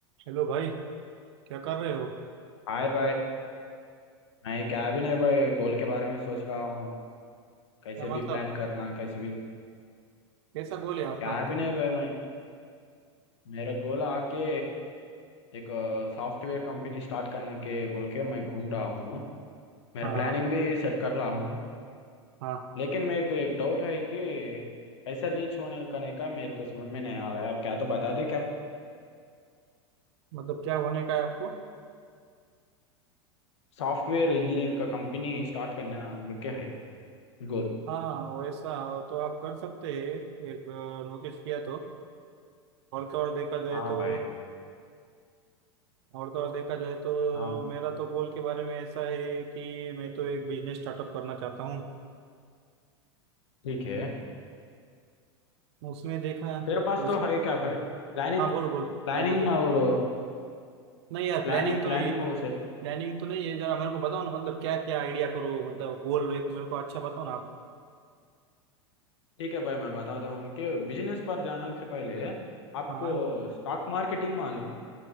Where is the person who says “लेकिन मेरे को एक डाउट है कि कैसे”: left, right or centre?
Left